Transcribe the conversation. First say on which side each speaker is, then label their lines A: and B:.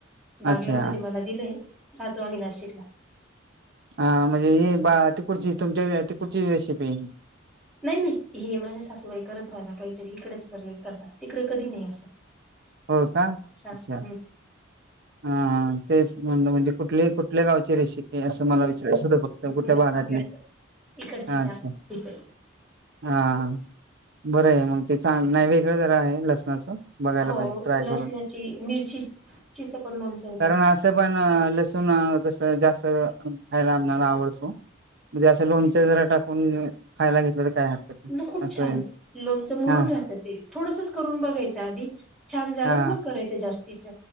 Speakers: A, in the centre; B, on the right (about 55°).
A: बागलांमध्ये
B: अच्छा
A: मला दिलंय राहतो आम्ही नाशिकला
B: हा म्हणजे हे
A: असं
B: बा तिकुडची तुमच्या तिकुडची रेसिपी
A: नाही नाही हे माझ्या सासूबाई करत राहित काहीतरी इकडेच करतात तिकडे कधी नाही असं
B: हो का
A: सासू
B: अच्छा हा तेच म्हण म्हणजे कुठले कुठल्या गावाची रेसिपी असं मला फक्त
A: हम्म
B: कुठल्या भागातले
A: आपल्या इकडचीच
B: हा अच्छा
A: आहे आपली
B: हा बरं आहे मग ते चांगलं नाही वेगळं जरा आहे लसणाचं बघायला
A: हो
B: पाहिजे ट्राय
A: लसणाची
B: करून
A: मिरचीचीच पण लोंणच येत
B: कारण
A: आप
B: असं पण लसूण कस जास्त खायला आम्हणाला आवडतो म्हणजे असं लोणच जरा टाकून खायला घेतलं तर काय हरकत नाही.
A: न खूप
B: असं
A: छान
B: आहे
A: लोणचं मुरून
B: हा
A: राहतं ते थोडसच करून बघायचं आधी छान झालं
B: हा
A: मग करायचं जास्तीच